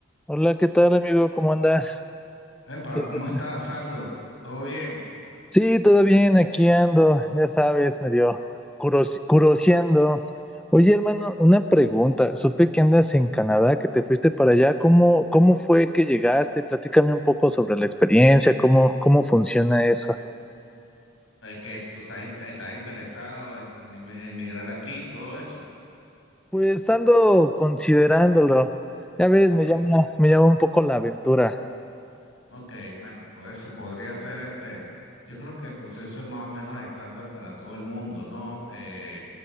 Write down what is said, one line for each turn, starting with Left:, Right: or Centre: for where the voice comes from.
Centre: Hola, ¿qué tal, amigo? ¿Cómo andas?
Left: Epa,
Centre: ¿Qué
Left: ¿cómo
Centre: haces?
Left: estás, Saldo? ¿Todo bien?
Centre: Sí, todo bien, aquí ando, ya sabes, medio curos- curoseando. Oye, hermano, una pregunta. Supe que andas en Canadá, que te fuiste para allá. ¿Cómo, cómo fue que llegaste? Platícame un poco sobre la experiencia, cómo, cómo funciona eso.
Left: Es que tú estás, in- estás interesado en em- emigrar aquí y todo eso.
Centre: Pues ando considerándolo. Ya ves,
Left: Ok,
Centre: me llama, me llama un poco la aventura.
Left: ok, bueno, pues eso podría ser este. Yo creo que el proceso es más o menos estándar para todo el mundo, ¿no? Eh,